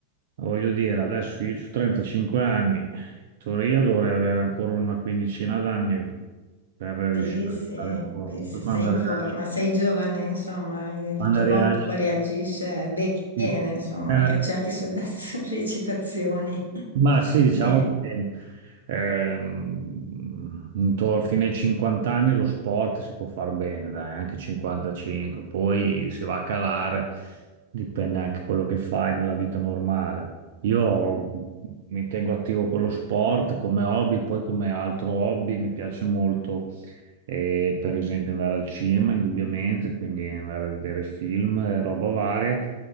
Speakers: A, on the right; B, on the right.
A: voglio dire, adesso io ho 35 anni, in teoria dovrei avere ancora una quindicina d'anni per riuscire
B: Sì, sì,
A: a stare un
B: beh,
A: po',
B: se
A: poi quando
B: sei in
A: arrivi
B: forma,
A: al-
B: sei giovane, insomma, il
A: quando
B: tuo
A: arrivi
B: corpo
A: al-
B: poi reagisce be- bene,
A: sì.
B: insomma,
A: Eh,
B: anche a certe solle- <laughs> sollecitazioni.
A: Ma sì, diciamo
B: Bene,
A: che ehm, intor- fino ai 50 anni lo sport si può far bene, dai, anche 55, poi si va a calare, dipende anche quello che fai nella vita normale. Io mi tengo attivo con lo sport come hobby, poi come altro hobby mi piace molto, eh, per esempio, andare al cinema, indubbiamente, quindi andare a vedere film, eh, roba varia.